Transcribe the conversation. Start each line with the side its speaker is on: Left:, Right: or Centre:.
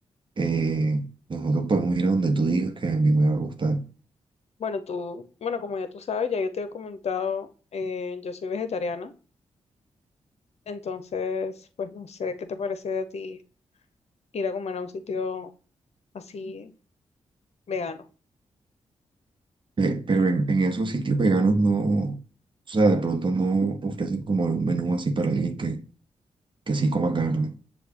Right: eh, nosotros podemos ir a donde tú digas que a mí me va a gustar.
Left: Bueno, tú, bueno, como ya tú sabes, ya yo te he comentado, eh, yo soy vegetariana, entonces, pues no sé, ¿qué te parece a ti ir a comer a un sitio así vegano?
Right: Eh, pero en, en esos sitios veganos no, o sea, de pronto no ofrecen como un menú así para alguien que que sí coma carne.